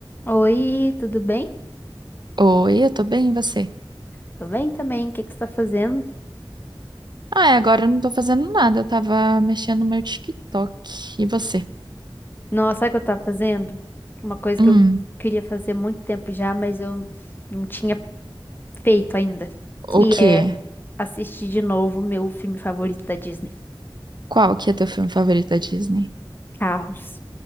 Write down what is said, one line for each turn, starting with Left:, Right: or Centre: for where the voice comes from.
Left: Oi, tudo bem?
Right: Oi, eu tô bem, e você?
Left: Tô bem também. O que que você tá fazendo?
Right: Ah, é, agora eu não tô fazendo nada, eu tava mexendo no meu TikTok. E você?
Left: Nossa, sabe o que eu tava fazendo? Uma coisa
Right: Hum,
Left: que eu queria fazer há muito tempo já, mas eu não tinha feito ainda,
Right: o
Left: que
Right: quê?
Left: é assistir de novo o meu filme favorito da Disney,
Right: Qual que é teu filme favorito da Disney?
Left: Carros.